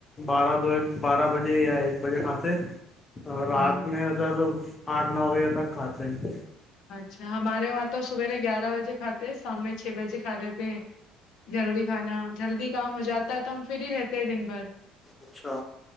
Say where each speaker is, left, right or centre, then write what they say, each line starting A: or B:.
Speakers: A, on the left; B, on the left.
A: بارہ دو ایک بارہ بجے یا ایک بجے کھاتے اور رات
B: ہاں
A: میں ادھر آٹھ نو بجے تک کھاتے ہیں
B: اچھا ہمارے وہاں تو سویرے گیارہ بجے کھاتے ہیں شام میں چھ بجے کھا لیتے ہیں جلدی کھانا جلدی کام ہو جاتا ہے تو ہم فھر ہی رہتے ہیں دن بھر
A: اچھا